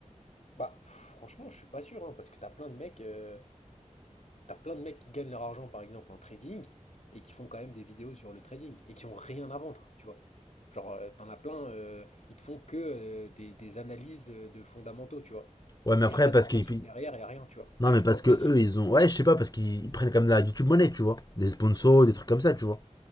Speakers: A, on the left (about 60°); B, on the left (about 30°).
A: Bah, pff, franchement, je suis pas sûr, hein, parce que t'as plein de mecs... euh, T'as plein de mecs qui gagnent leur argent, par exemple, en trading, et qui font quand même des vidéos sur le trading, et qui ont rien à vendre, tu vois. Genre, euh, t'en as plein, euh, ils te font que euh, des, des analyses euh, de fondamentaux, tu vois.
B: Ouais, mais
A: Il
B: après,
A: n'y a pas
B: parce
A: de formation
B: qu'ils.
A: derrière, il n'y a rien, tu vois.
B: Non,
A: C'est
B: mais
A: juste
B: parce
A: pour le
B: que
A: plaisir.
B: eux, ils ont. Ouais, je sais pas, parce qu'ils prennent quand même de la YouTube monnaie, tu vois. Des sponsors, des trucs comme ça, tu vois.